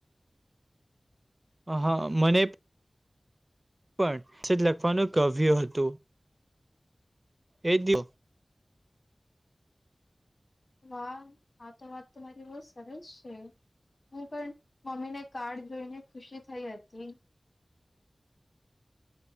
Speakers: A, on the right; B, on the left.
A: હ હા મને પણ છે લખવાનું કવ્ય હતું એ દિવ
B: વાહ આ તો વાત તમા મારી બહ સરસ છે. હું પણ મમ્મી ને કાર્ડ જોઈને ખુશી થઈ હતી.